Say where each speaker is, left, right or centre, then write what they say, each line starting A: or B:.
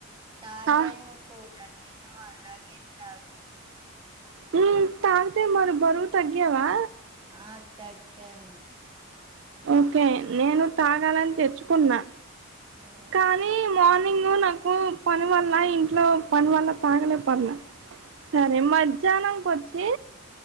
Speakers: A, on the right; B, on the right.
A: తాగాను
B: ఆ
A: కో తాగాను అలాగే తాగ్
B: హ్మ్ తాగితే మరి బరువ్వు తగ్గవా
A: ఆ తగ్గాను
B: ఓకే నేను తాగాలని తెచ్చుకున్నా
A: ఆ
B: కానీ మో నింగ్ నాకు పనివల్ల ఇంట్లో పని వల్ల తాగలేపోత్న్న సరే మధ్యాహ్నం కొచ్చి